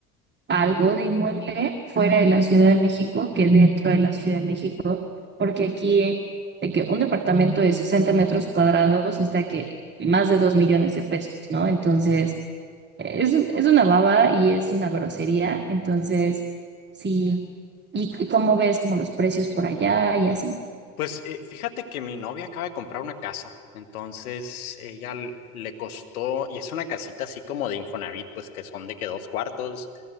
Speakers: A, on the right; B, on the left.
A: algo de inmueble fuera de la Ciudad de México que dentro de la Ciudad de México, porque aquí de que un departamento de 60 metros cuadrados está que más de 2 millones de pesos, ¿no? Entonces, es, un- es una baba y es una grosería, entonces, sí. ¿Y, y cómo ves como los precios por allá y así?
B: Pues eh, fíjate que mi novia acaba de comprar una casa, entonces ella l- le costó, y es una casita así como de Infonavit, pues que son de que dos cuartos,